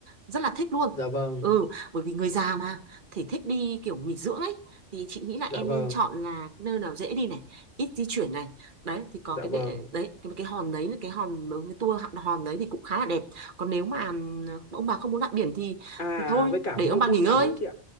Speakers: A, on the right; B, on the left.
A: rất là thích luôn
B: Dạ vâng,
A: ừ bởi vì người già mà thể thích đi kiểu nghỉ dưỡng ấy thì chị nghĩ là
B: dạ
A: em
B: vâng,
A: nên chọn là nơi nào dễ đi này ít di chuyển này đấy thì có
B: dạ
A: cái
B: vâng.
A: đệ đấy cái, cái hòn đấy là cái hòn mấy cái tour hòn hòn đấy thì cũng khá là đẹp còn nếu mà ừm, ông bà không muốn lặn biển thì
B: À
A: thì thôi
B: với cả
A: để
B: mua
A: ông bà
B: mua
A: nghỉ
B: sắm
A: ngơi
B: nữa chị ạ.